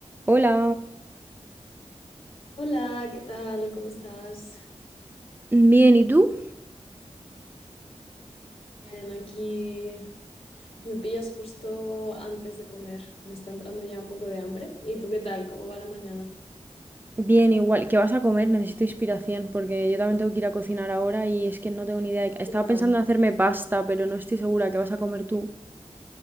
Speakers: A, on the right; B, on the left.
A: Hola,
B: Hola, ¿qué tal? ¿Cómo estás?
A: bien, ¿y tú?
B: Bien, aquí me pillas justo antes de comer. Me está entrando ya un poco de hambre. ¿Y tú qué tal? ¿Cómo va la mañana?
A: Bien, igual, ¿qué vas a comer? Necesito inspiración porque yo también tengo que ir a cocinar ahora y es que no tengo ni idea. Estaba
B: Ya,
A: pensando en hacerme pasta, pero no estoy segura qué vas a comer tú.